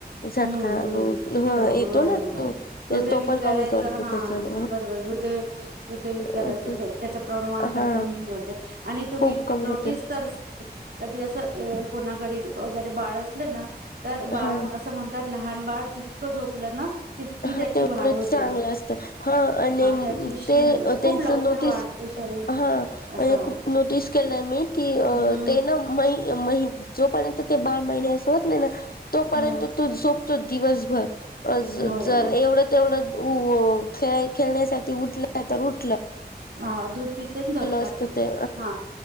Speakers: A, on the left (about 60°); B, on the right (about 75°).
A: झटका
B: हम्म, हम्म
A: ह
B: च बरोबर
A: येतो
B: हाय
A: ना
B: बघा.
A: तो तर
B: हृदय
A: तो
B: विकारायच
A: पण कमी करतो
B: हा
A: त्याच्यान
B: बरोबर हृदय, हृदय विकारायच
A: हा.
B: झटका. प्रणमान पण
A: हा
B: कमी होऊन जाते. आणि तुम्ही
A: खूप कमी
B: नोटीस
A: होते
B: कर कधी असं कोणाकडे वगैरे बाळ असले ना तर बाळन
A: हा.
B: असं म्हणतात लहान बाळ जितकं झोपलं ना तितकी
A: हा
B: त्याची
A: तेवढंच
B: वाढ होते
A: चांगलं असतं हा आणि म
B: त्याची श
A: ते
B: खूप
A: तेच
B: लवकर
A: नोटीस
B: वाढते शरीर
A: हा
B: असं
A: आणि खूप नोटीस केलं मी की अ
B: हम्म
A: ते ना मई महि जोपर्यंत ते बाळ महिन्याचं होत नाही ना तोपर्यंत
B: हम्म
A: तो झोपतो दिवसभर. <inaudible> अज
B: हो
A: द जर एवढं तेवढं उ खेळ खेळण्यासाठी उठल्या तर उठ
B: हा दूध पित नं जोपतात
A: असतं ते
B: हा